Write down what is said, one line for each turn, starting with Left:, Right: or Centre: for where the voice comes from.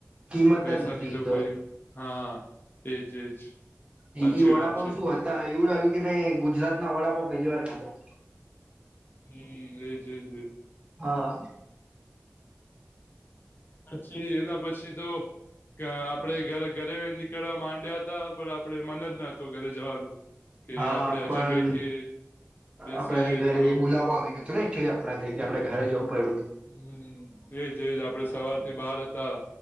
Right: કિંમત
Left: પૈસાની
Right: જ નથી ઈ
Left: તો કોઈ હા એજ એજ સાચી
Right: એ વડાપાવ
Left: વાત છે
Right: શું હતા એવું લાગ્યું કે મેં ગુજરાત ના વડાપાવ પેલી વાર ખાધા.
Left: હમ એ જ એ જ એ જ
Right: હા
Left: પછી એના પછી તો આપડે ઘરે ઘરે નીકળવા માંડ્યા હતા પણ આપડે મન જ ન હતું ઘરે જવાનું. કે
Right: હા
Left: આપડે
Right: પણ
Left: હજી બેઠીએ બેસીએ
Right: આપણાને ઘરેથી
Left: થોડો
Right: બુલાવો આવી ગ એકચ્યુલી આપડાને કે આપણને ઘરે જવું પૈડુ
Left: હમ એજ એજ આપડે સવાર થી બહાર હતા.